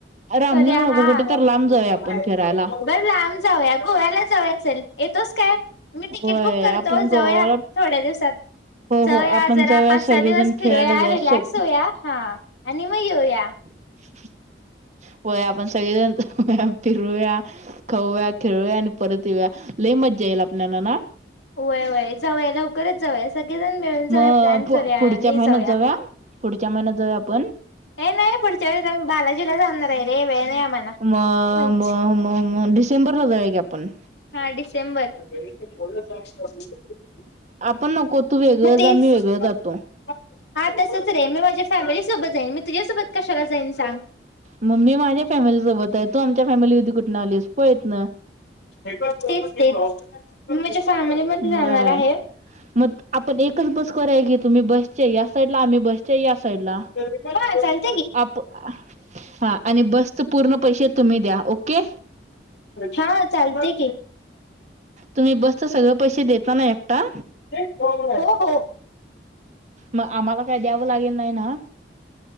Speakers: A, on the right; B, on the left.
A: रामलिंग
B: करूया
A: नको
B: हा
A: कुठे तर लांब
B: बर
A: जाऊया आपण फिरायला
B: लांब जाऊया गोव्याला जाउया चल येतोस काय? मी तिकीट
A: होय
B: बुक करतो,
A: आपण
B: जाऊया
A: गोवाला
B: थोड्या दिवसात.
A: हो
B: जाऊया,
A: हो आपण
B: जरा
A: जाऊया
B: पाच
A: सगळेजण
B: सहा दिवस
A: फिरायला
B: फिरूया
A: जाऊ
B: रिलॅक्स होऊया हा आणि मग येऊया.
A: हं <unintelligible> होय आपण सगळेजण फिरूया, खाऊया खेळूया आणि परत येऊ्या लई मज्जायेईल आपल्याला ना?
B: वय वय जाऊया लवकरच जाऊया सगळेजण मिळून जाऊया
A: मग
B: प्लॅन
A: पु
B: करूया
A: पुढच्या
B: नि
A: महिन्यात
B: जाऊया.
A: पुढच्या महिन्यात जाऊया आपण.
B: हे नाही पुढच्या वेळी आमी बालाजीला जाणार आहे रे वेळ नाही आम्हाला
A: म
B: म्हण
A: म म मोंढीस चेंबूरला जाऊया की आपण.
B: हा डिसेंबर. <unintelligible>
A: आपण नको तू वेगळं
B: मग तेच.
A: जा मी वेगळं जातो
B: हा तसच रे, मी माझ्या फॅमिली सोबत जाईन मी तुझ्यासोबत कशाला जाईन सांग?
A: म मी माझ्या फॅमिली सोबत आहे तू आमच्या फॅमिलीधी कुठून आलीस पळत इतन.
B: तेच ते मी माझ्या फॅमिलीमध्येध जाणार
A: व्हय
B: आहे.
A: मग आपण एकच बस कराय की तुम्ही बसच्या या साईड ला आम्ही बसच्या या साईडला.
B: हा चालेल.
A: आप हा आणि बसचे पूर्ण पैसे तुम्ही द्याल ओके?
B: हा चालतेय की.
A: तुमी बसच सगळे पैसे देताना एकटा?
B: हो हो.
A: म आम्हाला काय द्यावं लागेल नाही ना?